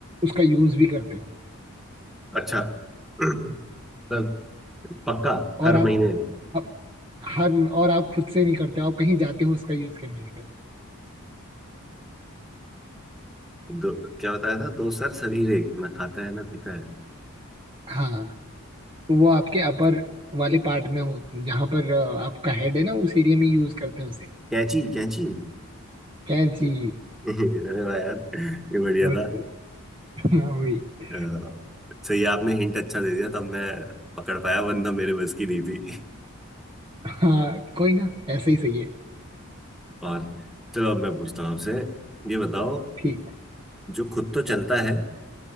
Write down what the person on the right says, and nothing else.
उसका यूज भी करते हो
और
आप,
आप हर और आप खुद से नहीं करते हो आप कहीं जाते हो उसका यूज करने के लिए
हाँ तो वो आपके अपर वाले पार्ट में हो जहाँ पर अ, आपका हेड है ना उस एरिया में यूज करते हैं उसे
कैंची
बहुत
हाँ, <laughs> वही
हाँ कोई ना ऐसे ही सही है
ठीक है